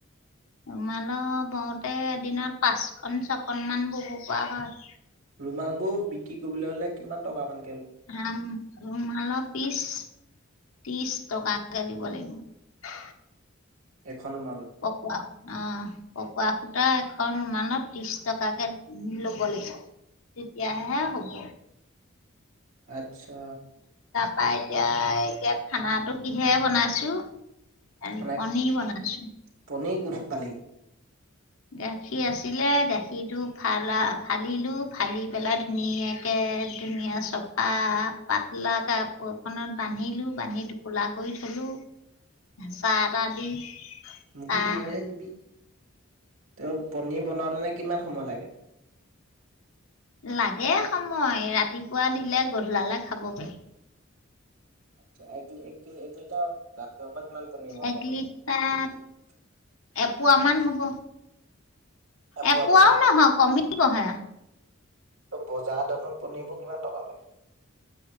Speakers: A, on the left (about 80°); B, on the right (about 80°).
A: ৰুমাল বওঁতে এদিনত পাঁচখন- ছখনমান বব পৰা হয়।
B: ৰুমাল বোৰ বিক্ৰী কৰিবলৈ হ'লে কিমান টকামান,
A: ৰাম ৰৰুমাল পিছ ত্ৰিশ টকাকে দিব লাগিব।
B: এখন ৰুমালত
A: পকোৱা অ পকোৱা। এখন মানত ত্ৰিশ টকাকে ল'ব লাগিব তেতিয়াহে হ'ব।
B: আচ্ছা।
A: পাই এতিয়া এতিয়া খানাটো কিহে বনাইছো। আৰু
B: খানা
A: এই পনীৰ বনাইছো।
B: পনীৰ ক'ত পালি?
A: গাখীৰ আছিলে গাখীৰটো ফালা ফালিলো ফালি পেলাই ধুনীয়াকে ধুনীয়া চফা পাতলা কাপোৰখনত বান্ধিলো বান্ধি টোপোলা কৰি থলো হেঁচা এটা দি।
B: মোকো
A: তাৰ
B: খৰিিবাল তুমি তেওঁ পনিৰ বনাওতেনো কিমান সময় লাগে।
A: লাগে সময় ৰাতিপুৱা দিলে গধলালে খাব পাৰি।
B: আচ্ছা এক এ লিটাৰৰ গাখীৰৰ পৰা কিমান পনীৰ বনাব
A: এক
B: পাৰি।
A: লিটাৰ এপোৱামান হ'ব
B: এপোৱা
A: এপোৱাও
B: পনীৰ
A: নহয় কমিবহে।
B: ত' বজাৰ দামত পনীৰবোৰ কিমান টকা লয়।